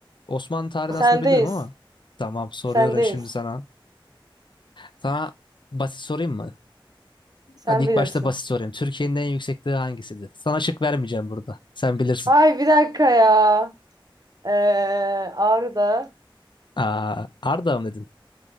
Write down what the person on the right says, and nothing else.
Sendeyiz.
Sendeyiz.
Sen
bilirsin.
Ay bir dakika ya. Ee, Ağrı'da.